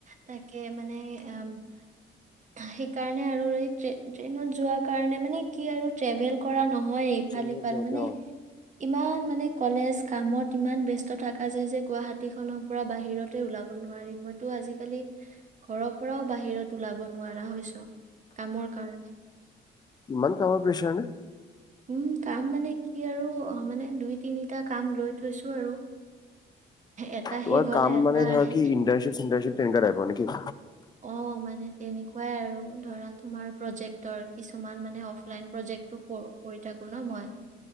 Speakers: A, on the right; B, on the left.
A: তাকে মানে মানে এ সেই কাৰণে আৰু এ ট্ৰে ট্ৰেইনত যোৱা কাৰণে কি আৰু ট্ৰেভেল কৰা নহয় ইফাল
B: ট্ৰেইনত
A: সিফাল
B: যাওঁতে
A: মানে
B: অ
A: ইমান মানে কলেজ কামত ইমান ব্যস্ত কথা খাৰ যায় যে গুৱাহাটীখনৰ পৰা বাহিৰতে ওলাব নোৱাৰি মইতো আজিকালি ঘৰৰ পৰাও বাহিৰত ওলাব নোৱাৰা হৈছো কামৰ কাৰণে
B: ইমান কামৰ প্ৰেশ্বাৰ নে?
A: উম, কাম মানে কি আৰু মানে দুই তিনিটা কাম লৈ থৈছো আৰু। এটা
B: তোমাৰ
A: শেষ হ'লে
B: কাম
A: এটা
B: মানে ধৰা
A: আহে।
B: কি ইন্টাৰ্নচিপ চিন্টাৰ্নচিপ তেনেকা টাইপৰ নেকি?
A: অ', মানে তেনেকুৱাই আৰু ধৰা তোমাৰ প্ৰজেক্টৰ কিছুমান মানে অফলাইন প্ৰজেক্টো কৰি থাকো ন' মই।